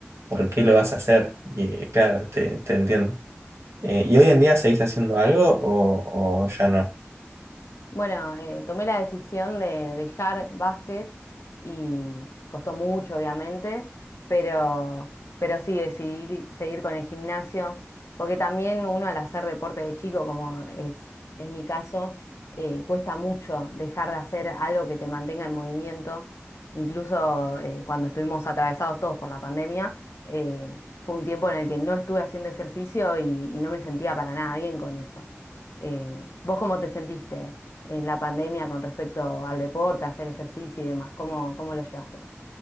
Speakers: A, on the right; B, on the left.
A: ¿por qué lo vas a hacer? Y eh, claro, te, te entiendo. Eh, ¿y hoy en día seguís haciendo algo o, o ya no?
B: Bueno, eh, tomé la decisión de dejar básquet y costó mucho, obviamente, pero, pero sí decidí seguir con el gimnasio, porque también uno al hacer deporte de chico, como es, es mi caso, eh, cuesta mucho dejar de hacer algo que te mantenga en movimiento. Incluso eh, cuando estuvimos atravesados todos por la pandemia, eh, fue un tiempo en el que no estuve haciendo ejercicio y, y no me sentía para nada bien con eso. Em, ¿vos cómo te sentiste? en la pandemia con respecto al deporte, hacer ejercicio y demás? ¿Cómo, cómo lo llevaste?